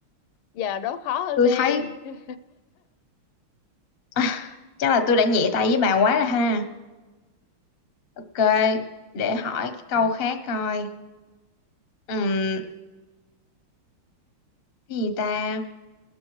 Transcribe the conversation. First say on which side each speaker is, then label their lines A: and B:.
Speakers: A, on the left (about 80°); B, on the left (about 55°).
A: Giờ đố khó hơn
B: Tôi
A: đi.
B: thấy
A: <laughs>
B: <laughs> chắc là tôi đã nhẹ tay với bà quá rồi ha. Ok, để hỏi cái câu
A: Ừ.
B: khác coi. Ừm, cái gì ta?